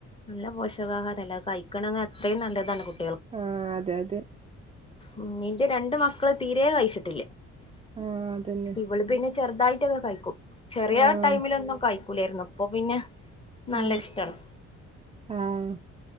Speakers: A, on the left; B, on the right.
A: നല്ല പോഷകാഹാരല്ലെ അത് കയ്ക്കണങ്ങെ അത്രേം നല്ലതാണ് കുട്ട
B: ആഹ് അതെ അതെ
A: മ്മ് ഇന്റെ രണ്ട് മക്കള് തീരെ കയ്ച്ചിട്ടില്ല
B: ആഹ് അതന്നെ
A: ഇവള് പിന്നെ ചെ ചെറുതായിട്ടൊക്കെ കഴിക്കും ചെറിയ
B: ആഹ്
A: ടൈമിലൊ ഒന്നും കഴിക്കൂലായിരുന്നു അപ്പൊ പിന്നെ നല്ല
B: ഉ
A: ഇഷ്ടാണ്
B: ആഹ